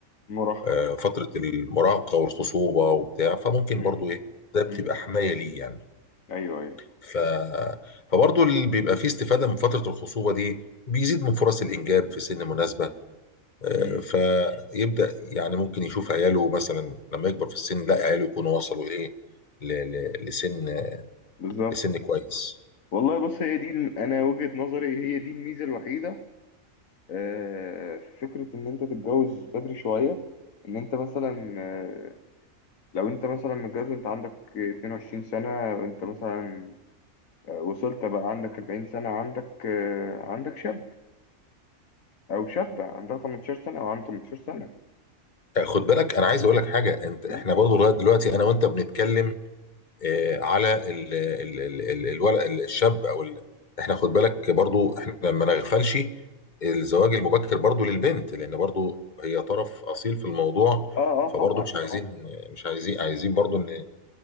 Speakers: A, on the left; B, on the left.
A: مراهقة
B: آه، فتره المراهقه والخصوبه وبتاع فممكن
A: مم.
B: برضه ايه ده بتبقى
A: مم.
B: حمايه ليه يعني
A: أيوه أيوه
B: ف فبرضه اللي بيبقى فيه استفاده من فتره الخصوبه دي بيزيد من فرص الانجاب في سن مناسبه آه،
A: مم.
B: فيبدا يعني ممكن يشوف عياله مثلا لما يكبر في السن لا عياله يكونوا وصلوا ايه ل- ل- لسن
A: بالظبط
B: لسن كويس
A: والله بص هي دي ال- أنا وجهة نظري هي دي الميزة الوحيدة آه، في فكرة إن أنت تتجوز بدري شوية إن أنت مثلا آه، لو انت مثلا متجوز وانت عندك 22 سنة وانت مثلا وصلت بقى عندك 40 سنة عندك عندك شاب او شابة عندها 18 سنة او عندها 18 سنة
B: خد بالك انا عايز اقول لك حاجه انت احنا
A: فاهم؟
B: برضه لغايه دلوقتي انا وانت بنتكلم آه، على ال ال ال ال الولد الشاب او ال... احنا خد بالك برضه احنا ما نغفلش الزواج المبكر برضه للبنت لان برضه هي طرف اصيل في الموضوع
A: اه اه
B: فبرضه
A: طبعا
B: مش عايزين
A: طبعا
B: مش عايزين عايزين برضه ان